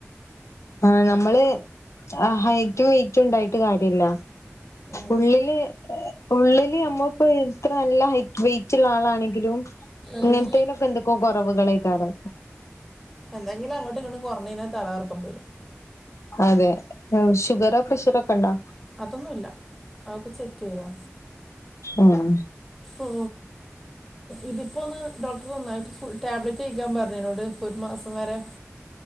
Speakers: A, on the left; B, in the centre.
A: ആ നമ്മള് ഹൈറ്റും വെയ്റ്റുണ്ടായിട്ട് കാര്യല്ല
B: ആ
A: ഉള്ളില് ഉള്ളില് നമ്മപ്പൊ ഇത്ര നല്ല ഹൈ വെയിറ്റ്ള്ള ആളാണെങ്കിലും
B: അത്
A: ഇങ്ങനത്തേലൊക്കെ എന്തൊക്കോ കുറവുകള് ഏക്കാരം
B: എന്തെങ്കില് അങ്ങോട്ടിങ്ങട്ട് കൊർഞ്ഞയിനാ തലകറക്കം വരും
A: അതെ ഷുഗറോ പ്രഷറോ ഒക്കെ ഉണ്ടോ
B: അതൊന്നുല്ല അഒക്കെ ചെക്കെയ്താ
A: ഉം
B: ഓ ഇതിപ്പോന്ന് ഡോക്ടർ നന്നായിട്ട് ഫുള് ടാബ്ലറ്റ് കഴിക്കാൻ പറഞ്ഞോട് ഒരു മാസം വരെ